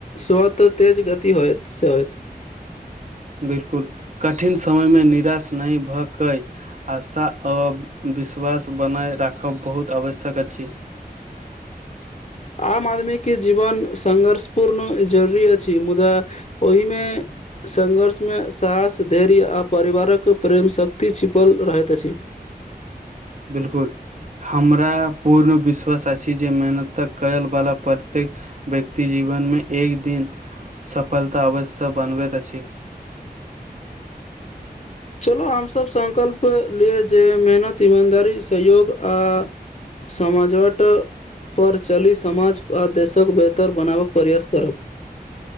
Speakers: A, on the left (about 45°); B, on the right (about 50°).
A: स्वतः तेज गति होएत से होयत
B: बिल्कुल कठिन समयमे निराश नहि भऽ कय आशा आ विश्वास बनाय राखब बहुत आवश्यक अछि
A: आम आदमी के जीवन संघर्ष पूर्ण जरुररी अछि मुदा ओहिमे संघर्ष में साहस धैर्य आ परिवारक प्रेमशक्ति छिपल रहैत अछि
B: बिल्कुल हमरा पूर्ण विश्वास अछि जे मेहनतक कयलवला प्रत्येक व्यक्ति जीवनमे एक दिन सफलता अवश्य बनबैत अछि
A: चलो हमसभ संकल्प लिय जे मेहनत ईमानदारी सहयोग आ समाजट पर चलि समाज आ देशक बेहतर बनाबक प्रयास करब